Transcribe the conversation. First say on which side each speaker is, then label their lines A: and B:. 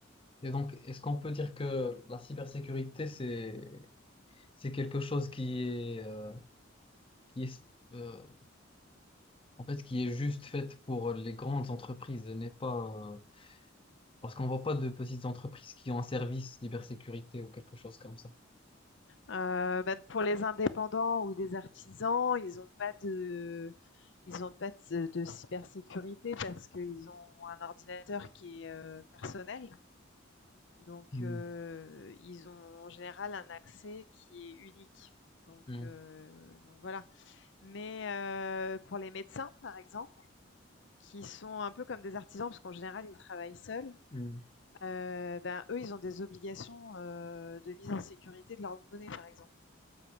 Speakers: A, on the left (about 25°); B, on the left (about 65°).
A: Et donc, est-ce qu'on peut dire que la cybersécurité, c'est, c'est quelque chose qui est, euh, qui est, euh, en fait, qui est juste faite pour les grandes entreprises et n'est pas, euh, parce qu'on voit pas de petites entreprises qui ont un service cybersécurité ou quelque chose comme ça.
B: Euh, ben, pour les indépendants ou des artisans, ils n'ont pas de, ils n'ont pas de, de cybersécurité parce qu'ils ont un ordinateur qui est euh, personnel. Donc,
A: Hmm.
B: euh, ils ont en général un accès qui est unique. Donc,
A: Mm,
B: euh, donc voilà. Mais euh, pour les médecins, par exemple, Qui sont un peu comme des artisans, parce qu'en général, ils travaillent seuls.
A: mm.
B: Heu, ben, eux, ils ont des obligations, heu, de mise en sécurité de leurs données, par exemple